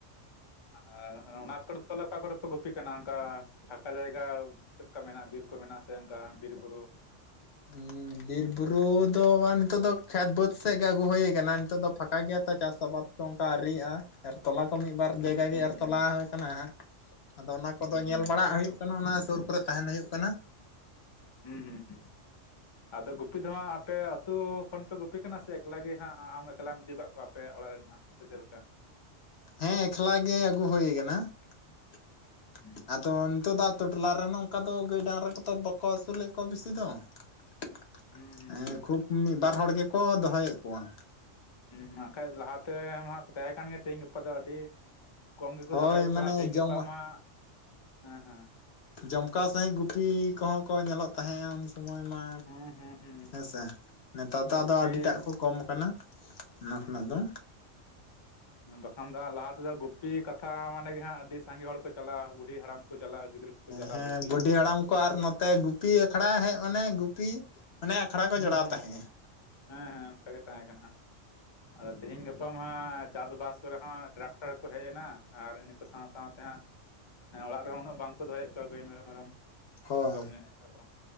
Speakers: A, on the left (about 35°); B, on the left (about 60°).
A: ᱟᱨ ᱚᱱᱟ ᱠᱚᱨᱮ ᱫᱚ ᱚᱠᱟ ᱠᱚᱨᱮ ᱛᱚ ᱜᱩᱯᱤ ᱠᱟᱱᱟ ᱚᱱᱠᱟ ᱯᱷᱟᱠᱟ ᱡᱟᱭᱜᱟ ᱪᱮᱫ ᱞᱮᱠᱟ ᱢᱮᱱᱟᱜᱼᱟ, ᱵᱤᱨ ᱠᱚ ᱢᱮᱱᱟᱜᱼᱟ ᱥᱮ ᱚᱱᱠᱟ ᱵᱤᱨᱵᱩᱨᱩ
B: ᱦᱩᱸ ᱵᱤᱨ ᱵᱩᱨᱩ ᱫᱚ ᱵᱟᱝ ᱱᱤᱛᱚᱜ ᱫᱚ ᱠᱷᱮᱛ ᱵᱟᱹᱫᱽ ᱥᱮᱫ ᱜᱮ ᱟᱹᱜᱩ ᱦᱩᱭ ᱟᱠᱟᱱᱟ᱾ ᱱᱤᱛᱚᱜ ᱫᱚ ᱯᱷᱟᱸᱠᱟ ᱜᱮᱭᱟ ᱛᱚ ᱪᱟᱥ ᱟᱵᱟᱫ ᱠᱚ ᱚᱱᱠᱟ ᱟᱹᱣᱤᱟᱜᱼᱟ ᱾ ᱟᱨ ᱛᱚᱞᱟ ᱠᱚ ᱢᱤᱫ ᱵᱟᱨ
A: ᱦᱩᱸ
B: ᱡᱟᱭᱜᱟ
A: ᱦᱩᱸ
B: ᱜᱮ ᱟᱨ ᱛᱚᱞᱟ ᱦᱩᱭ ᱠᱟᱱᱟ ᱦᱟᱸᱜ ᱾ ᱟᱫᱚ ᱚᱱᱟ ᱠᱚᱫᱚ
A: ᱦᱩᱸ
B: ᱧᱮᱞ ᱵᱟᱲ ᱦᱩᱭᱩᱜ ᱠᱟᱱᱟ᱾ ᱚᱱᱟ ᱥᱩᱨ ᱠᱚᱨᱮ ᱛᱟᱦᱮᱱ ᱦᱩᱭᱩᱜ ᱠᱟᱱᱟ᱾
A: ᱦᱩᱸ, ᱦᱩᱸ, ᱦᱩᱸ ᱾ ᱟᱫᱚ ᱜᱩᱯᱤ ᱫᱚ ᱦᱟᱸᱜ ᱟᱯᱮ ᱟᱛᱳ ᱠᱷᱚᱱ ᱯᱮ ᱜᱩᱯᱤ ᱠᱟᱱᱟ ᱥᱮ ᱮᱠᱞᱟ ᱜᱮ ᱦᱟᱸᱜ ᱟᱢ ᱮᱠᱞᱟᱢ ᱤᱫᱤ ᱠᱟᱫ ᱠᱚᱣᱟ ᱯᱮ ᱟᱯᱮᱭᱟᱜ ᱚᱲᱟᱜ ᱨᱮᱱ ᱦᱟᱸᱜ ᱥᱮ ᱪᱮᱫ ᱞᱮᱠᱟ?
B: ᱦᱮᱸ ᱮᱠᱞᱟ ᱜᱮ ᱟᱹᱜᱩ ᱦᱩᱭ ᱠᱟᱱᱟ ᱾
A: ᱦᱩᱸ
B: ᱟᱫᱚ ᱱᱤᱛᱚᱜ ᱫᱚ ᱟᱛᱳ ᱴᱚᱞᱟ ᱨᱮᱱ ᱚᱱᱠᱟ ᱫᱚ ᱜᱟᱹᱭ ᱰᱟᱹᱝᱨᱟ ᱠᱚᱫᱚ ᱵᱟᱠᱚ ᱟᱹᱥᱩᱞᱮᱫ ᱠᱚᱣᱟ ᱵᱮᱥᱤ ᱫᱚ ᱾
A: ᱦᱩᱸ ᱦᱩᱸ
B: ᱦᱮᱸ
A: ᱦᱩᱸ
B: ᱠᱷᱩᱵ ᱢᱤᱫ ᱵᱟᱨ ᱦᱚᱲ ᱜᱮᱠᱚ ᱫᱚᱦᱚᱭᱮᱫ ᱠᱚᱣᱟ ᱾
A: ᱦᱩᱸ ᱵᱟᱠᱷᱟᱡ ᱞᱟᱦᱟᱛᱮ ᱢᱟ ᱦᱟᱸᱜ ᱠᱚ ᱛᱟᱦᱮᱸ ᱠᱟᱱ ᱜᱮᱭᱟ ᱛᱮᱦᱮᱧ ᱜᱟᱯᱟ ᱫᱚ ᱟᱹᱰᱤ ᱠᱚᱢ ᱜᱮᱠᱚ
B: ᱦᱳᱭ
A: ᱫᱚᱦᱚᱭᱮᱫ
B: ᱢᱟᱱᱮ
A: ᱠᱚᱣᱟ ᱛᱮᱦᱤᱧ
B: ᱡᱚᱢ
A: ᱜᱟᱯᱟ ᱢᱟ ᱦᱮᱸ ᱦᱮᱸ ᱾
B: ᱡᱚᱢᱠᱟ ᱥᱟᱺᱦᱤᱡ ᱜᱩᱯᱤ ᱠᱚᱦᱚᱸ ᱠᱚ ᱧᱮᱞᱚᱜ ᱛᱟᱦᱮᱸᱜᱼᱟ ᱾ ᱥᱚᱢᱚᱭ ᱢᱟ
A: ᱦᱩᱸ ᱦᱩᱸ ᱦᱩᱸ
B: ᱦᱮᱸ ᱥᱮ ᱱᱮᱛᱟᱨ ᱫᱚ ᱟᱫᱚ
A: ᱜᱩᱯᱤ
B: ᱟᱹᱰᱤᱴᱟᱜ ᱠᱚ ᱠᱚᱢ ᱠᱟᱱᱟ ᱾ ᱚᱱᱟ
A: ᱦᱩᱸ
B: ᱠᱷᱚᱱᱟᱜ ᱫᱚ
A: <inaudible> ᱵᱟᱠᱷᱟᱱ ᱫᱚ ᱞᱟᱦᱟ ᱛᱮᱫᱚ ᱜᱩᱯᱤ ᱠᱟᱛᱷᱟ ᱢᱟᱱᱮ ᱜᱮ ᱦᱟᱸᱜ ᱟᱹᱰᱤ ᱥᱟᱸᱜᱮ ᱦᱚᱲ ᱠᱚ ᱪᱟᱞᱟᱜᱼᱟ, ᱵᱩᱰᱦᱤ ᱦᱟᱲᱟᱢ ᱠᱚ ᱪᱟᱞᱟᱜᱼᱟ ᱜᱤᱫᱽᱨᱟᱹ ᱠᱚᱠᱚ ᱪᱟᱞᱟᱜᱼᱟ
B: ᱦᱮᱸ
A: ᱜᱩᱯᱤ
B: ᱵᱩᱰᱷᱤ
A: ᱾
B: ᱦᱟᱲᱟᱢ ᱟᱨ ᱱᱚᱛᱮ ᱜᱩᱯᱤ ᱟᱠᱷᱲᱟ ᱦᱮᱡ ᱢᱟᱱᱮ ᱜᱩᱯᱤ ᱢᱟᱱᱮ ᱟᱠᱷᱲᱟ ᱠᱚ
A: ᱦᱩᱸ
B: ᱡᱚᱲᱟᱣ
A: ᱦᱩᱸ
B: ᱛᱟᱦᱮᱸᱜᱼᱟ ᱾
A: ᱦᱮᱸ, ᱦᱮᱸ ᱚᱱᱠᱟ ᱜᱮ ᱛᱟᱦᱮᱸ ᱠᱟᱱᱟ ᱦᱟᱸᱜ ᱾ ᱟᱫᱚ ᱛᱮᱦᱤᱧ ᱜᱟᱯᱟ ᱢᱟ ᱦᱟᱸᱜ ᱪᱟᱥᱵᱟᱥ ᱠᱚᱨᱮ ᱦᱚᱸ ᱴᱨᱟᱠᱴᱚᱨ ᱠᱚ ᱦᱮᱡ ᱮᱱᱟ ᱟᱨ ᱥᱟᱶ ᱥᱟᱶᱛᱮ ᱦᱟᱸᱜ ᱚᱲᱟᱜ ᱨᱮᱦᱚᱸ ᱩᱱᱟᱜ ᱵᱟᱝᱠᱚ ᱫᱚᱦᱚᱭᱮᱫ ᱠᱚᱣᱟ ᱜᱟᱹᱭ ᱢᱮᱨᱚᱢ, ᱢᱮᱨᱚᱢ
B: ᱦᱚᱸ
A: ᱠᱚᱢ ᱧᱚᱜ ᱠᱚ